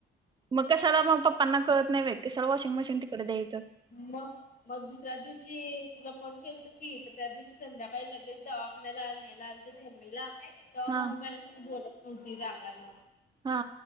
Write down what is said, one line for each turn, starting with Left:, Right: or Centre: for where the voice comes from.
Right: मग कसाला मग पप्पांना कळत नाही होय वॉशिंग मशीन तिकडे द्यायच.
Left: मग मग दुसऱ्या दिवशी तुला फोन केलता की तर त्या दिवशी संध्याकाळी लगेलच दवाखान्याला न्यायाला आलतेना मम्मीला तेव्हा
Right: हा
Left: मम्मी माझा संग बोलत नव्हती रागान
Right: हा